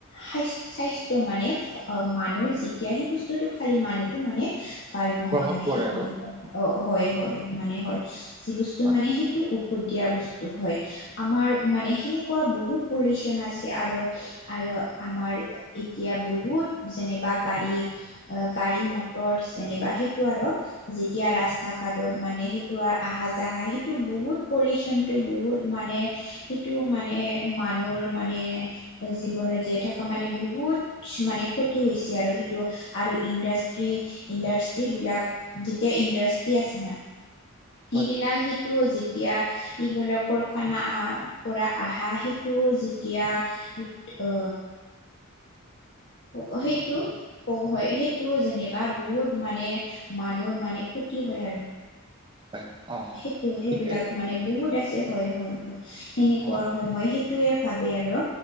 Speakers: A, on the left; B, on the right.
A: স্বাস <unintelligible> স্বাস্থ্য মানে মানুহৰ যেতিয়া সেই বস্তুটো খালে মানুহটো মানে ভাল নহয়
B: প্ৰভাৱ
A: মানে
B: পৰে
A: সেইটো
B: আৰু
A: অ হয়-হয় মানে হয়। <unintelligible> যি বস্তু
B: হয়
A: মানে সেইটো ঔষধ দিয়া বস্তু হয়। আমাৰ মানে সেনেকুৱা বহুত পলিউচন আছে আৰু <inaudible> আৰু আমাৰ এতিয়া বহুত যেনেবা গাড়ী <unintelligible> গাড়ী, মটৰ যেনেবা সেইটো আৰু যেতিয়া ৰাস্তা-ঘাটত মানে সেইটো আ <inaudible> আহা যায় সেইটো বহুত পলিউচনটো বহুত মানে <inaudible> সেইটো মানে মানুহৰ মানে <inaudible> জীৱনত জীয়াই থকা মানে বহুত মানে ক্ষতি হৈছে আৰু সেইটো। <inaudible> আৰু ইণ্ডাষ্ট্ৰী-ইণ্ডাষ্ট্ৰিবিলাক যেতিয়া ইণ্ডাষ্ট্ৰি আছেনে <unintelligible>
B: হয়
A: সেইবিলাক সেইটো যি <inaudible> যেতিয়া ইবিলাকৰ কাৰখানা পৰা আহা সেইটো যেতিয়া <unintelligible> <unintelligible> অ! <unintelligible> সেইটো <unintelligible> হয়। সেইটো যেনেবা বহুত মানে মানুহৰ মানে ক্ষতি হয় আৰু।
B: হয় অ
A: সেইটো সেইবিলাক
B: ঠিকে
A: মানে বহুত আছে হয়-হয়-হয় সেনেকুৱা
B: অ
A: হয়। মই সেই <unintelligible> সেইটোৱেই ভাৱে আৰু।